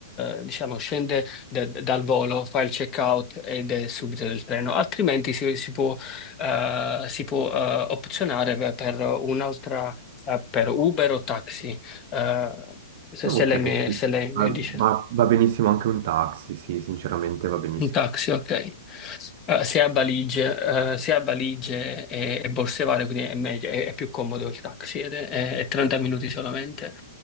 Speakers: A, on the left; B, on the right.
A: eh, diciamo, scende da- dal volo, fa il check-out ed è subito del treno, altrimenti si, si può, eh, si può, eh, opzionare per per un'altra, eh, per Uber o taxi, eh, se
B: Ok,
A: se lei mi
B: sì.
A: se lei
B: Ah,
A: mi dice.
B: Va, va benissimo anche un taxi, sì, sinceramente va benissimo.
A: Un taxi, ok. Eh, se ha valigie, eh, se ha valigie e, e borse varie, quindi è meglio, è, è più comodo il taxi sì, ed è, è 30 minuti solamente.